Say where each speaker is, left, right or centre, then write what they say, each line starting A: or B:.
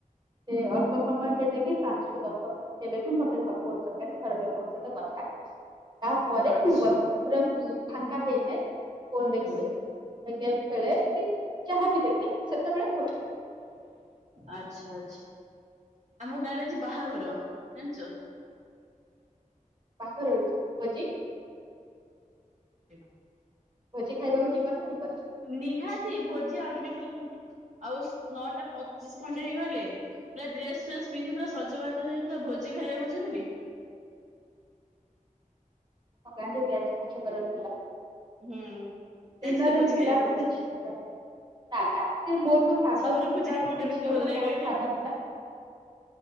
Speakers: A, on the right; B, on the right.
A: ସେ ଅଳ୍ପ ସମୟ ହେଲେ ବି ପା- ଦଶମିନିଟ ହେଲେ ବି ମୋତେ ଫୋନ୍ ଦରକାର ଘର ଲୋକଙ୍କ ସହିତ କଥାହେବି ତାପରେ
B: ଆଚ୍ଛା
A: ମୁଁ ବସି ପୁରା ଫାଙ୍କା ହେଇଯାଏ ଫୋନ ଦେଖିବି
B: ହୁଁ
A: ଗେମ୍ ଖେଳେ କି ଯାହାବି ଦେଖେ ସେତେବେଳେ ଫୋନ ଦେଖେ
B: ଆଚ୍ଛା ଆଚ୍ଛା ଆମ ଗାଁରେ ଆଜି ବାହାଘର ଜାଣିଛ
A: ବାହାଘର ହୋଉଛି ଭୋଜି
B: <unintelligible>
A: ଭୋଜି ଖାଇବାକୁ ଯିବ ନା ଯିବନି?
B: ନିହାତି ଭୋଜି ଆଉ ଟିକେ ପରେ ଆଉ ନଅଟା ପଚିଶ ଖଣ୍ଡେ ହେଇଗଲେ ପୁରା ଡ୍ରେସ ଫ୍ରେସ ପିନ୍ଧି ପୁରା ସଜବାଜ ହେଇ ପୁରା ଭୋଜି ଖାଇବାକୁ ଯିବିନି
A: ଆମ ଗାଁରେ ବି ଆଜି ବାହାଘର ଥିଲା
B: ହୁଁ ଯାଇଥିଲେ
A: ଦିନରେ
B: ଭୋଜି
A: ଥିଲା
B: ଖାଇବାକୁ?
A: ଗୋଟେ ଝିଅ ନା ନା ସେ ମୋଠୁ ସାନ
B: ବାହାଘର
A: ଥିଲା
B: ଭୋଜିରେ କୋଉଟା
A: ସେ
B: ବେଶୀ
A: ଝିଅ
B: ଭଲ
A: ଟା
B: ଲାଗେ
A: ମୋଠୁ
B: କହିଲେ
A: ସାନ ଥିଲା